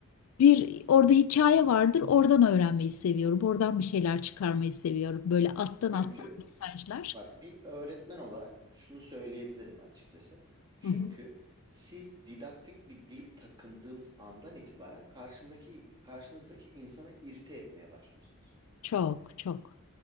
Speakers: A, on the left; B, on the right.
A: bir orada hikaye vardır, oradan öğrenmeyi seviyorum. Oradan bir şeyler çıkarmayı seviyorum. Böyle alttan
B: Çünkü
A: alttan mesajlar.
B: Bak bir öğretmen olarak şunu söyleyebilirim açıkçası. Çünkü
A: Hı hı.
B: siz didaktik bir dil takındığınız andan itibaren karşındaki karşınızdaki insanı irite etmeye başlıyorsunuz.
A: Çok çok.